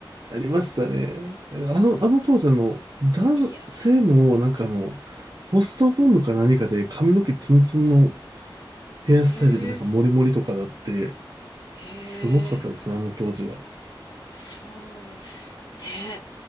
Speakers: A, on the right; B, on the left.
A: ありましたね。あの、あの当時あの、男性もなんかあの、
B: いや
A: ホストブームか何かで髪の毛ツンツンのヘアスタイルでなんかモリモリとかだって、
B: ー、へえ、へえ、
A: すごかったですね、あの当時は。
B: そう、ね。